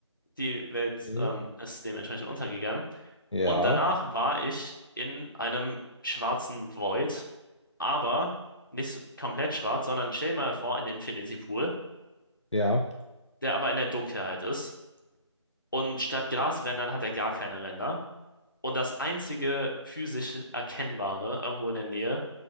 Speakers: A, on the left; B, on the left.
A: Die Welt
B: okay.
A: ähm, ist dementsprechend untergegangen.
B: Ja,
A: Und danach war ich in einem schwarzen Void, aber nicht so- komplett schwarz, sondern stell dir mal vor, ein Infinity Pool,
B: ja.
A: der aber in der Dunkelheit ist. Und statt Glasrändern hat er gar keine Ränder. Und das einzige physisch Erkennbare irgendwo in der Nähe